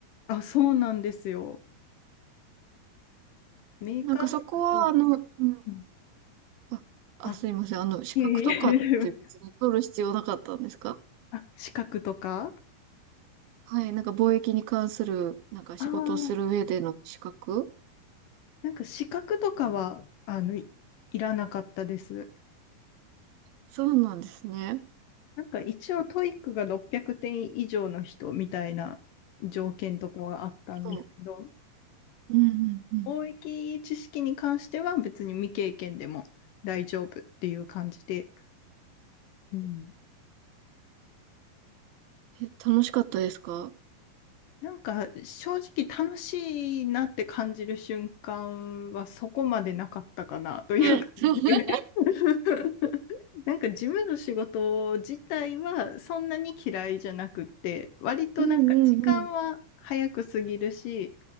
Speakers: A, on the left; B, on the right.
A: あ、そうなんですよ。メーカーとか商社が、
B: なんかそこは、あの、うん、
A: うん
B: あ、あ、
A: あ、
B: すいません。あの、資格とかって別に取る必要なかったんですか
A: いえいえ、すいませんあ、資格とか
B: はい。なんか貿易に関する、なんか仕事をする上での資格
A: ああーなんか資格とかは、あの、い、いらなかったです。
B: そうなんですね。
A: なんか一応トイックが600点以上の人みたいな条件とかはあったんですけど、
B: そううんうんうん。
A: 貿易知識に関しては別に未経験でも大丈夫っていう感じで、うん、
B: え、楽しかったですか
A: なんか正直楽しいなって感じる瞬間はそこまでなかったかなという感じで
B: はい。<laughs>
A: <laughs> なんか事務の仕事自体はそんなに嫌いじゃなくって、割となんか時間は早く過ぎるし、
B: うんうんうん。